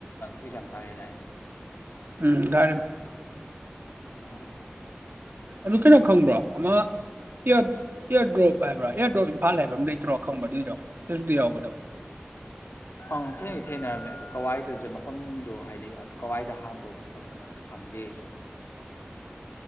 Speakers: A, on the left; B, on the right.
A: ꯑꯦꯛꯖꯥꯝ ꯊꯥꯔꯑꯦ ꯗꯥꯏꯅꯦ
B: ꯎꯝ ꯒꯥꯔꯤ
A: ꯑꯣ
B: ꯑꯗꯨ ꯀꯩꯅꯣ ꯈꯪꯕ꯭ꯔꯣ ꯑꯃ ꯏꯌꯥꯔ ꯢꯌꯥꯔꯗ꯭ꯔꯣꯞ ꯍꯥꯏꯕ꯭ꯔꯥ ꯏꯌꯥꯔꯗ꯭ꯔꯣꯞ ꯏꯝꯐꯥꯜ ꯍꯥꯏꯕ ꯑꯃ ꯂꯩꯇ꯭ꯔꯣ ꯈꯪꯕ꯭ꯔ ꯑꯗꯨꯏꯗꯣ ꯐꯦꯁꯇꯕꯨꯛꯇ ꯌꯥꯎꯕꯗꯣ
A: ꯑꯪ ꯊꯦꯡꯗꯤ ꯊꯦꯡꯅꯔꯝꯃꯦ ꯑꯗꯣ ꯀꯋꯥꯏꯗꯁꯦ ꯃꯐꯝꯗꯣ ꯍꯥꯏꯗꯤ ꯀꯋꯥꯏꯗ ꯍꯥꯡꯕꯅꯣ ꯈꯣꯠꯄꯅꯣꯗꯤ ꯈꯪꯗꯦ ꯑꯩꯁꯨ